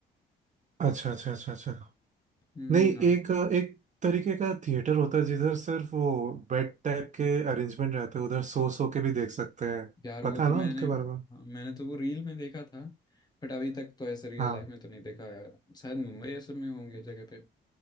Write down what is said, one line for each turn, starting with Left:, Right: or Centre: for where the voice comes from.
Right: अच्छा अच्छा अच्छा अच्छा
Left: हम्म
Right: नहीं
Left: हाँ,
Right: एक एक तरीके का थिएटर होता है जिधर सिर्फ वो बेड टाइप के अरेंजमेंट रहते हैं उधर सो सो के भी देख सकते हैं
Left: यार
Right: पता
Left: वो तो
Right: है ना
Left: मैंने
Right: उनके बारे
Left: हाँ,
Right: में
Left: मैंने तो वो रील में देखा था बट अभी तक तो ऐसे रियल
Right: हाँ
Left: लाइफ में तो नहीं देखा यार शायद मुंबई ये सब में होंगे जगह पे